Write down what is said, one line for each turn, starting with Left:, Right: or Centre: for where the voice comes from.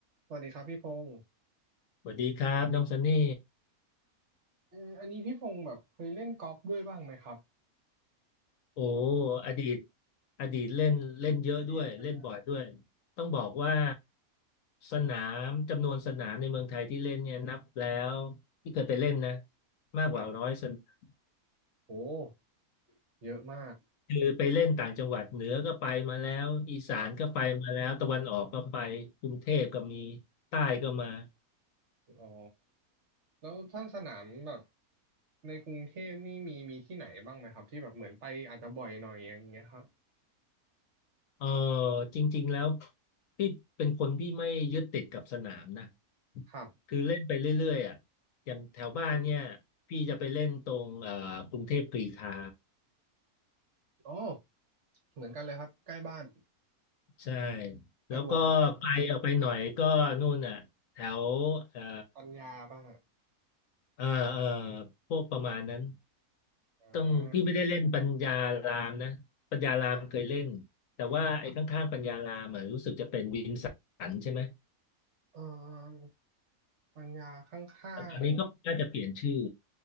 Right: สวัสดีครับพี่พงศ์
Left: สวัสดีครับน้องซันนี่
Right: เอออันนี้พี่พงศ์แบบเคยเล่นกอล์ฟด้วยบ้างไหมครับ
Left: โอ้
Right: แบบ
Left: อดีตอดีตเล่นเล่นเยอะด้วยเล่นบ่อยด้วย
Right: อดีตใช่ไหมครับ
Left: ต้องบอกว่า
Right: อ๋อ
Left: สนามจำนวนสนามในเมืองไทยที่เล่นเนี่ยนับแล้วที่เคยไปเล่นนะมากกว่าร้อยสนาม
Right: ครับโหเยอะมาก
Left: คือไปเล่นต่างจังหวัดเหนือก็ไปมาแล้วอีสานก็ไปมาแล้วตะวันออกก็ไปกรุงเทพก็มี
Right: ครับ
Left: ใต้ก็มา
Right: อ๋อแล้วถ้าสนามแบบในกรุงเทพนี่มีมีที่ไหนบ้างไหมครับที่แบบเหมือนไปอาจจะบ่อยหน่อยอย่างเงี้ยครับ
Left: เออจริงๆแล้วพี่เป็นคนที่ไม่ยึดติดกับสนามนะ
Right: ครับ
Left: คือเล่นไปเรื่อยๆอ่ะอย่างแถวบ้านเนี่ยพี่จะไปเล่นตรงเอ่อกรุงเทพกรีฑา
Right: ออโอเหมือนกันเลยครับใกล้บ้าน
Left: ใช่แล้วก็ไกลออกไปหน่อยก็นู่นอ่ะแถวเอ่อ
Right: สะดวกมากปัญญาป่ะฮะ
Left: เอ่อเอ่อพวกประมาณนั้น
Right: อ่า
Left: ต้องพี่ไม่ได้เล่นปัญญารามนะปัญญารามเคยเล่นแต่ว่าไอ้ข้างๆปัญญารามอ่ะรู้สึกจะเป็นวินสันใช่ไหม
Right: ครับครับเออปัญญาข้าง
Left: แต่ตอนนี้ก็น่าจะเปลี่ยนชื่อ